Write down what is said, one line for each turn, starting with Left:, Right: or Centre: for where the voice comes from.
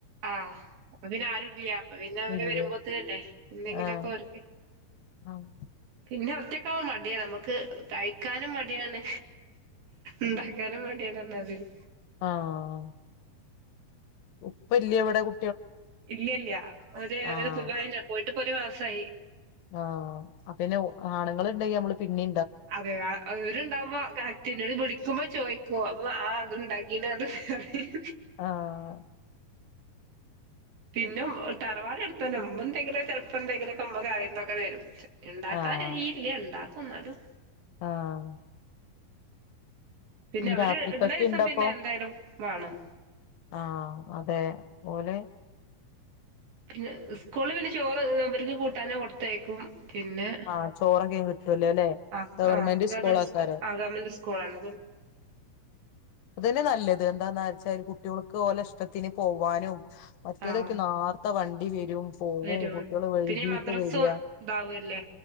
Right: ആഹ് അപ്പപിന്നെ ആരുല്ല അപ്പൊ പിന്നെ അവര്
Left: ഇല്ലേ
Right: വരുമ്പോത്തനല്ലേ എന്തെങ്കിലൊക്കെ
Left: ആഹ്
Right: ഓർക്ക്
Left: ആഹ്
Right: പിന്നെ ഒറ്റ ക്കാവു മടിയാണ് നമുക്ക് കഴിക്കാനും മടിയാണ് ഉണ്ടാക്കാനും മടിയാണ് എന്നതില്
Left: ആഹ് ഉപ്പല്ല വിടെ കു
Right: ഇല്ലല്ല അര്
Left: ആഹ്
Right: സുഖാ പോയിട്ട് പ്പൊര് മാസായി
Left: ആഹ് പിന്നെ ആണുങ്ങൾ ഉണ്ടെങ്കി നമ്മള് പിന്നീ
Right: അതെ അവവര്ണ്ടാവുമ്പോ കറക്ട് വിളിക്കുമ്പോ ചോയ്ക്കോ അപ്പൊ ആഹ് അത്ണ്ടാക്കീ അത് പറയും
Left: ആഹ്
Right: പിന്നെ തറവാട് അടുത്തന്നെ ഇമ്മ എന്തെങ്കിലും ചെലപ്പം എന്തെങ്കിലൊക്കെ ആയിരംരൂപക്കെ തരും ഇണ്ടാക്കാനറിയില്ല
Left: ആഹ്
Right: ഇണ്ടാ ക്കും ന്നാലും
Left: ആഹ്
Right: പിന്നെ
Left: ഈ
Right: അവര്
Left: രാത്രിക്കൊക്കെണ്ടപ്പം
Right: ഇള്ള ദിവസം പിന്നെ എന്തായാലും വാണം
Left: ആഹ് അതെ പോലെ
Right: പിന്നെ സ്കൂള്ല് പിന്നെ ഇവര്ക്ക് കൂട്ടാന് കൊടുത്തയക്കും പിന്നെ
Left: ആഹ് ചോറൊക്കെ കിട്ടുവല്ലോ അല്ലെ
Right: അഹ്
Left: ഗവൺമെന്റ്
Right: ആഹ് <unintelligible>
Left: സ്കൂളാക്കാര്
Right: സ്കൂ ഗവൺമെന്റ് സ്കൂളാണ്
Left: അത് തന്നെയാ നല്ലത് എന്താന്ന് വെച്ചാൽ കുട്ടികൾക്ക് പോലെ ഇഷ്- ഇഷ്ടത്തിന് പോവാനും- മറ്റേതൊക്കെ
Right: ആഹ്
Left: നാ- വണ്ടി വരും പോകും
Right: വരും
Left: കുട്ടികൾ വൈകീട്ട്
Right: പിന്നെ മദ്രസും
Left: വര
Right: ഇതാവല്ലേ